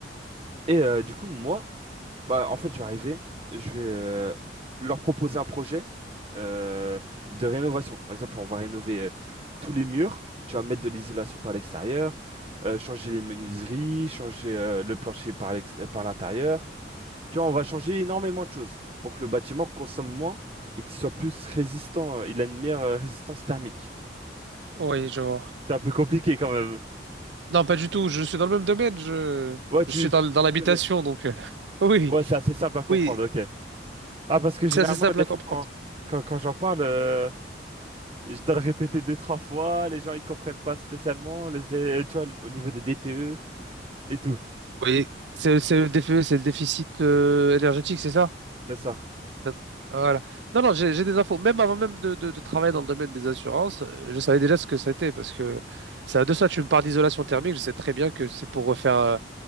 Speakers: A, on the right; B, on the right.
A: Et euh, du coup, moi, bah, en fait, je vais arriver, je vais euh, leur proposer un projet euh, de rénovation. Par exemple, on va rénover euh, tous les murs, tu vas mettre de l'isolation par l'extérieur, euh, changer les menuiseries, changer euh, le plancher par l'ex- par l'intérieur. Tu vois, on va changer énormément de choses pour que le bâtiment consomme moins et qu'il soit plus résistant. euh, Il a une meilleure euh, résistance thermique.
B: Oui, je vois.
A: C'est un peu compliqué quand même.
B: Non, pas du tout. Je suis dans le même domaine. Je,
A: Ouais, tu,
B: je suis dans, dans
A: tu
B: l'habitation,
A: connais.
B: donc. euh, <laughs> Oui.
A: Ouais, c'est assez simple à comprendre,
B: Oui.
A: ok. Ah, parce que généralement,
B: C'est assez simple
A: des
B: à
A: fois,
B: comprendre.
A: quand, quand, quand j'en parle, euh, je dois le répéter deux, trois fois. Les gens, ils comprennent pas spécialement. Les, euh, tu vois, au niveau des DPE et tout.
B: Oui. C'est c'est le défi- c'est le déficit euh, énergétique, c'est ça?
A: C'est ça.
B: Peut- Voilà. Non, non, j'ai j'ai des infos. Même avant même de, de- de travailler dans le domaine des assurances, euh, je savais déjà ce que c'était parce que ça, de ça, tu me parles d'isolation thermique. Je sais très bien que c'est pour refaire euh,